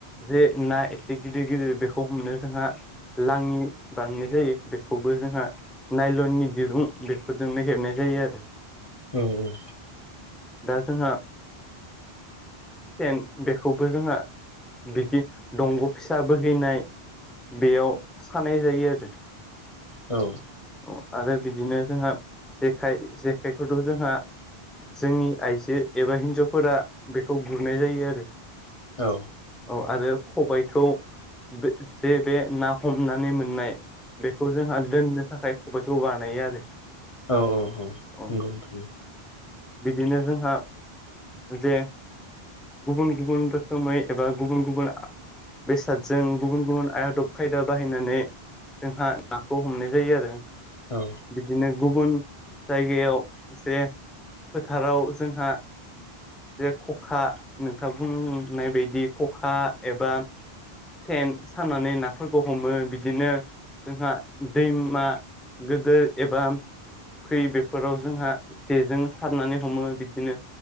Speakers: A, in the centre; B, on the left.
A: जे ना एसे गिदिर गिदिर बेखौ हमनो जोंहा लाङि बानायनाय जायो बेखौबो जोंहा नायलननि दिरुं बेफोरजों नो हेबनाय जायो आरो
B: औ औ
A: दा जोंहा सेन बेखौबो जोंहा बिदिह दंग' फिसा बोहैनाय बेआव सानाय जायो आरो
B: औ
A: औ आरो बिदिनो जोंहा जेखाइ जेखाइखौथ' जोंहा जोंनि आइजो एबा हिनजावफोरा बेखौ गुरनाय जायो आरो
B: औ
A: औ आरो खबायखौ बे जे बे ना हमनानै मोननाय बेखौ जोंहा दोननो थाखाय खबायखौ बानायो आरो
B: औ औ औ
A: औ
B: नंगौ नोंथां।
A: बिदिनो जोंहा जे गुबुन गुबुन रोखोमै एबा गुबुन गुबुन आ बेसादजों गुबुन गुबुन आदब खायदा बाहायनानै जोंहा नाखौ हमनाय जायो आरो।
B: औ
A: बिदिनो गुबुन जायगायाव जे फोथाराव जोंहा जे खखा नोंथाङा बुंनाय बायदि खखा एबा सेन सानानानै नाफोरखौ हमो बिदिनो जोंहा दैमा गोदो एबा फुख्रि बेफोराव जोंहा जेजों सारनानै हमो बिदिनो